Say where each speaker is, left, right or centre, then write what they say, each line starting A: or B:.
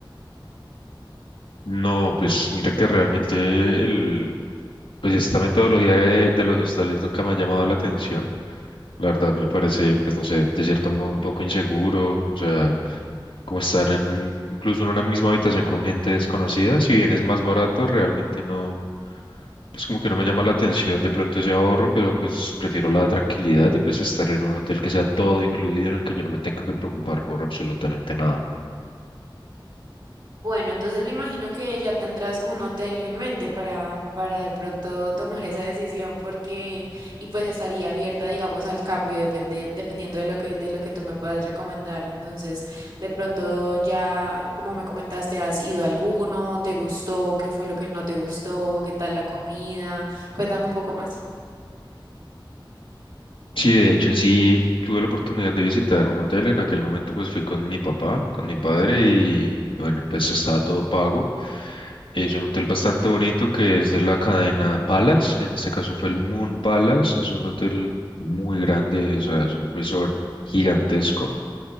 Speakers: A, on the left; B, on the right.
A: No, pues mira que realmente el, pues esta metodología de, de los hostales nunca me ha llamado la atención. La verdad me parece, pues no sé, de cierto modo un poco inseguro, o sea, como estar en un, incluso en una misma habitación con gente desconocida, si bien es más barato, realmente no, pues como que no me llama la atención de pronto ese ahorro, pero pues prefiero la tranquilidad y pues estar en un hotel que sea todo incluido, en el que yo no me tenga que preocupar por absolutamente nada.
B: Bueno, entonces me imagino que ya tendrás un hotel en mente para, para de pronto tomar esa decisión porque, y pues estaría abierta, digamos, al cambio depende, dependiendo de lo que, de lo que tú me puedas recomendar. Entonces, de pronto ya, como me comentaste, ¿has ido a alguno? ¿Te gustó? ¿Qué fue lo que no te gustó? ¿Qué tal la comida? Cuéntame un poco más.
A: Sí, de hecho, sí tuve la oportunidad de visitar un hotel. En aquel momento, pues fui con mi papá, con mi padre, y bueno, pues estaba todo pago. Es un hotel bastante bonito que es de la cadena Palace. En este caso fue el Moon Palace. Es un hotel muy grande, o sea, es un resort gigantesco.